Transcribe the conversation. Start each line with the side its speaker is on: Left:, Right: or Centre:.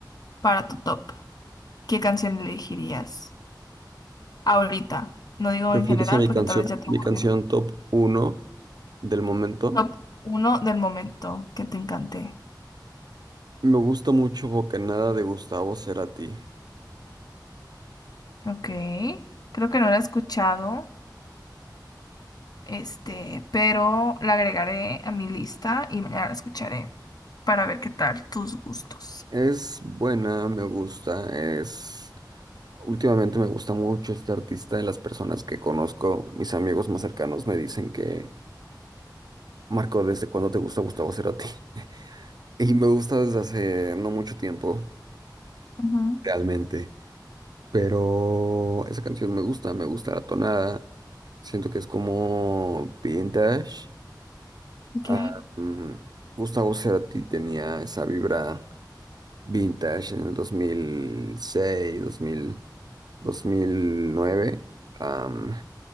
Left: para tu top. ¿Qué canción elegirías ahorita? No digo
Right: refieres
Left: en general
Right: a mi
Left: porque
Right: canción,
Left: tal vez ya te
Right: mi
Left: aburrió.
Right: canción top uno del momento?
Left: Top uno del momento que te encanté.
Right: Me gusta mucho Bocanada de Gustavo Cerati.
Left: Ok, creo que no la he escuchado. Este, pero la agregaré a mi lista y mañana la escucharé para ver qué tal tus gustos.
Right: Es buena, me gusta, es... Últimamente me gusta mucho este artista de las personas que conozco, mis amigos más cercanos me dicen que, Marco, ¿desde cuándo te gusta Gustavo Cerati? <laughs> Y me gusta desde hace no mucho tiempo,
Left: Ujú,
Right: realmente. Pero esa canción me gusta, me gusta la tonada. Siento que es como vintage.
Left: Ok.
Right: Ah, mm, Gustavo Cerati tenía esa vibra vintage en el 2006, 2000, 2009. Am,